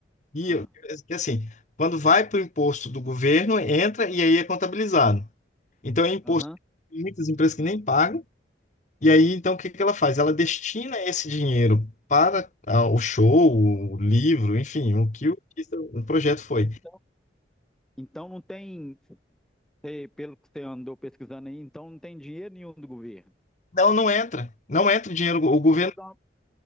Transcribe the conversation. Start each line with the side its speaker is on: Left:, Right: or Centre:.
Left: e
Centre: ah,
Left: e assim, quando vai para o imposto do governo, entra e aí é contabilizado. Então é imposto,
Centre: aham.
Left: tem muitas empresas que nem pagam, e aí então o que que ela faz? Ela destina esse dinheiro para ah, o show, o livro, enfim, o que o artista- o projeto foi.
Centre: Então, então não tem, eh, pelo que você andou pesquisando aí, então não tem dinheiro nenhum do governo.
Left: Não, não entra. Não entra o dinheiro. O governo.
Centre: Eu vou dar uma,